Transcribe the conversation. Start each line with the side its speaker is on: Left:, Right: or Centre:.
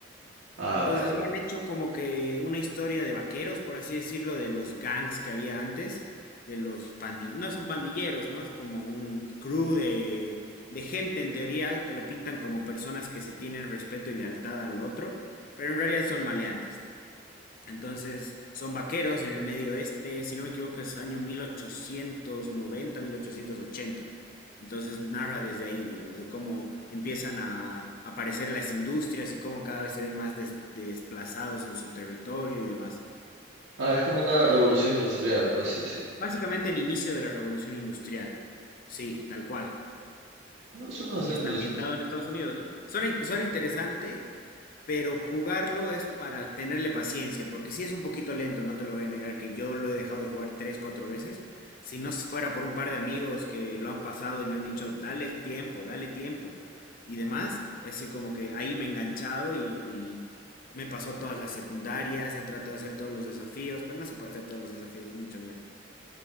Right: Ah,
Left: Entonces
Right: vale, vale.
Left: le han hecho como que una historia de vaqueros, por así decirlo, de los gangs que había antes, de los pandilleros, no son pandilleros, ¿no? Es como un crew de, de gente, en teoría, te lo pintan como personas que se tienen respeto y lealtad al otro, pero en realidad son maleantes. Entonces, son vaqueros en el medio oeste, si no me equivoco, es año mil mil ochocientos noventa, mil ochocientos ochenta. Entonces narra desde ahí, digamos, de cómo empiezan a aparecer las industrias y cómo cada vez se ven más des- desplazados en su territorio y demás.
Right: Ah, es como una revolución industrial, por así decirlo.
Left: Básicamente el inicio de la revolución industrial. Sí, tal cual.
Right: No, suena
Left: y
Right: bastante
Left: está
Right: interesante.
Left: ambientado en Estados Unidos, ¿no? Suena, in- suena interesante, pero jugarlo es para tenerle paciencia, porque sí es un poquito lento, no te lo voy a negar, que yo lo he dejado de jugar tres, cuatro veces. Si no fuera por un par de amigos que lo han pasado y me han dicho, dale tiempo, dale tiempo y demás, es decir, como que ahí me he enganchado y, y me pasó todas las secundarias, he tratado de hacer todos los desafíos, pero no se puede hacer todos los desafíos, es mucha mierda.